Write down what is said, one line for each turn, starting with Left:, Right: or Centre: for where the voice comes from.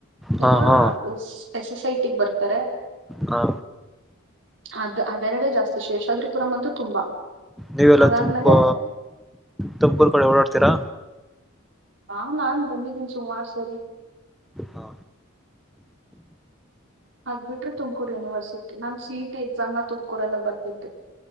Centre: ಹಾ
Right: ಇಲ್ಲ
Centre: ಹಾ
Right: ಎಸ್ ಎಸ್ ಐ ಟ ಬರ್ತಾರೆ
Centre: ಹಾ
Right: ಅದು ಅವೆರಡೆ ಜಾಸ್ತಿ ಶೇಷಾದ್ರಿಪುರಂ ಅಂತೂ ತುಂಬಾ
Centre: ನೀವೆಲ್ಲ
Right: ಅದಾದ್ಮೇಲೆ
Centre: ತುಮಕು ತುಮಕೂರ್ ಕಡೆ ಓಡಾಡ್ತೀರಾ
Right: ಹ ನಾನು ಬಂದಿದ್ದನ ಸುಮಾರು ಸರಿ
Centre: ಹಾ
Right: ಹಗ್ಬಿಟ್ರೆ ತುಮಕೂರು ಯೂನಿವರ್ಸಿಟಿ ನಮ್ಮು ಸಿ ಟಿ ಎಕ್ಸಾಮ್ನ ತುಮಕೂರೆಲ್ಲ ಬರ್ದಿದೆ